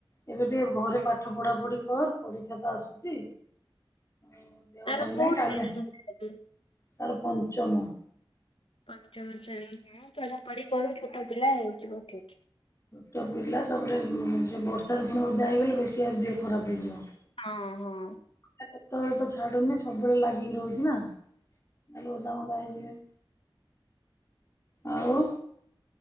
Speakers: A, on the left (about 35°); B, on the left (about 80°).
A: ଏବେ ଟିକେ ଘରେ ପାଠ ପଢା ପଢି କର ପରୀକ୍ଷା ତ ଆସୁଛି ଓ ଦେହ
B: ତାର
A: ଭଲ
B: କୋଉ
A: ନାହିଁ କାଲି
B: ଶ୍ରେଣୀ
A: ତାର ପଞ୍ଚମ।
B: ପଞ୍ଚମ ଶ୍ରେଣୀ ହଉ ପଢା ପଢି କରୁ ଛୋଟ ପିଲା ହେଇଯିବ ଠିକ।
A: ଛୋଟ ପିଲା ତାପରେ ଉଁ ଯେ ବର୍ଷାରେ ପୁଣି ଓଦା ହେଇଗଲେ ବେଶୀ ଆ ଦେହ ଖରାପ ହେଇଯିବ।
B: ହଁ ହଁ।
A: ତାକୁ କେତେବେଳେ ତ ଛାଡୁନି ସବୁବେଳେ ଲାଗିକି ରହୁଛି ନା। ନ ହେଲେ ଓଦା ମୋଦା ହେଇଯିବେ ଆଉ